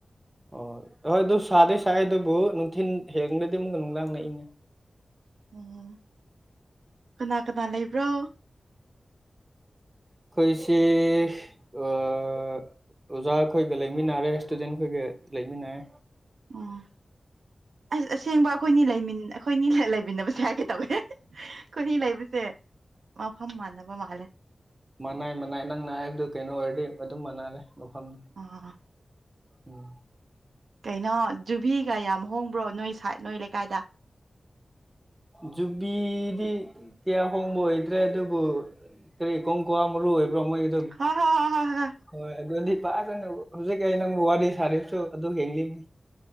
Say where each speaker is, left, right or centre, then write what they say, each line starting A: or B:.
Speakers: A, on the right (about 20°); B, on the right (about 80°).
A: ꯑꯣꯏ ꯍꯣꯏ ꯑꯗꯨ ꯁꯥꯗꯤ ꯁꯥꯏꯌꯦ ꯑꯗꯨꯕꯨ ꯅꯨꯡꯊꯤꯟ ꯍꯦꯟꯒ꯭ꯔꯗꯤ ꯑꯃꯨꯛꯀ ꯅꯨꯡꯗꯥꯡꯅ ꯏꯪꯉꯦ
B: ꯑꯣ ꯀꯅꯥ ꯀꯅꯥ ꯂꯩꯕ꯭ꯔꯣ
A: ꯈꯣꯏꯁꯤ ꯑꯥ ꯑꯣꯖꯥꯈꯣꯏꯒ ꯂꯩꯃꯤꯟꯅꯔꯦ ꯏꯁꯇꯨꯗꯦꯟꯈꯣꯏꯒ ꯂꯩꯃꯤꯟꯅꯩ
B: ꯑꯣ ꯑꯁ ꯑꯁꯦꯡꯕ ꯈꯣꯏꯅꯤ ꯂꯩꯃꯤꯟ ꯑꯈꯣꯏꯅꯤ ꯂꯩꯃꯤꯟꯅꯕꯁꯦ ꯍꯥꯏꯒꯦ ꯇꯧꯋꯦ ꯈꯣꯏꯅꯤ ꯂꯩꯕ ꯁꯦ ꯃꯐꯝ ꯃꯥꯟꯅꯕ ꯃꯥꯜꯂꯦ
A: ꯃꯥꯅꯩ ꯃꯟꯅꯩ ꯅꯪꯅ ꯍꯥꯏꯕꯗꯨ ꯀꯩꯅꯣ ꯑꯣꯏꯔꯗꯤ ꯑꯗꯨꯝ ꯃꯥꯟꯅꯔꯦ ꯃꯐꯝ
B: ꯑꯥ
A: ꯎꯝ
B: ꯀꯩꯅꯣ ꯖꯨꯕꯤꯒ ꯌꯥꯝ ꯍꯣꯡꯕ꯭ꯔꯣ ꯅꯣꯏ ꯁꯥꯏꯠ ꯅꯣꯏ ꯂꯩꯀꯥꯏꯗ
A: ꯖꯨꯨꯕꯤꯗꯤ ꯀꯌꯥ ꯍꯣꯡꯕ ꯑꯣꯏꯗ꯭ꯔꯦ ꯑꯗꯨꯕꯨ ꯀ꯭ꯔꯤ ꯀꯣꯡꯀ꯭ꯋꯥ ꯃꯔꯨ ꯑꯣꯏꯕ꯭ꯔꯣ ꯃꯣꯏꯒꯤ
B: ꯍꯥ ꯍꯥ ꯍꯥꯥ <unintelligible>
A: ꯍꯣꯏ ꯑꯗꯨꯗꯗꯤ ꯐꯖꯅ ꯍꯨꯖꯤꯛ ꯑꯩ ꯅꯪꯕꯨ ꯋꯥꯔꯤ ꯁꯥꯔꯤꯕꯁꯨ ꯑꯗꯨꯒꯤꯅꯤ